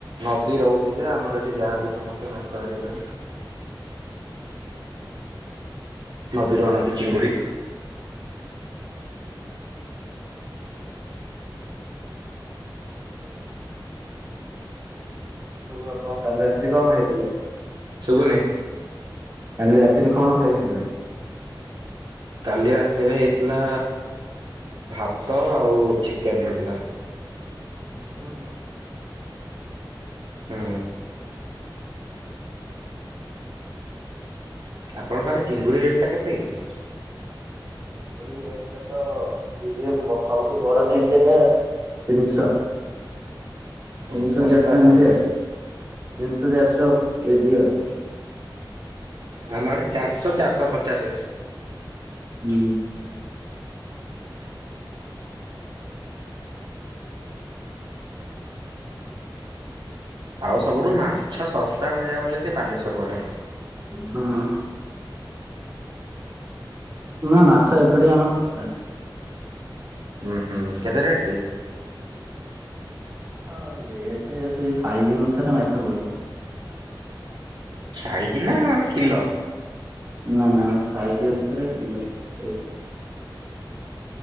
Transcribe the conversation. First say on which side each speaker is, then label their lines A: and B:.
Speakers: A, on the right; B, on the right.
A: ନଦୀ ରହୁଚି ଯେ ଆମର ଏଠି ଯାଆନ୍ତି ସମସ୍ତେ ମାଛ ମାରିବା ପାଇଁ। ନଦୀରୁ ଆଣନ୍ତି ଚିଙ୍ଗୁଡ଼ି।
B: ହୋଉ ଆପଣ କାଲି ରାତିରେ କଣ ଖାଇଥିଲେ?
A: ଶୁଭୁନି।
B: କାଲି ରାତିରେ କଣ ଖାଇଥିଲେ?
A: କାଲି ରାତିରେ ହେଇଥିଲା ଭାତ ଆଉ ଚିକେନ ହେଇଥିଲା।
B: ଓହୋ।
A: ହୁଁ। ଆପଣଙ୍କ ଆଡ଼େ ଚିଙ୍ଗୁଡ଼ି ରେଟା କେତେ କି?
B: କୋଡିଏ <inaudible> ମିଡିୟମ ଦଶଟାରୁ <inaudible> ବଡ <inaudible> ତିନିଶ
A: ଓ
B: ତିନିଶ
A: ଶସ୍ତା
B: ଚାରିଶ ଏମିତି
A: ତାହେଲେ
B: ଆଉ। ତିନିଶ ଚାରିଶ କେଜି ଆଉ।
A: ଆମ ଆଡେ ଚାରଶ ଚାରଶ ପଚାଶେ।
B: ହୁଁ।
A: ଆଉ ସବୁଠୁ ମାଛ ଶସ୍ତା କହିବାକୁ ଗଲେ ସେ ବାଲେଶ୍ଵର ପଟେ।
B: ହଁ। ନା ମାଛ ଏପଟେ ଆମ ଶସ୍ତା।
A: ଉଁ ହୁଁ କେତେ ରେଟ୍ କି?
B: ହଁ ରେଟ୍ ସେଇ ସାଇଜ ଅନୁସାରେ ମାଛ ପଇସା।
A: ସାଇଜି ନା ମାନେ କିଲୋ।
B: ନା ନା ସାଇଜି ଅନୁସାରେ କିଲୋ ପଇସା।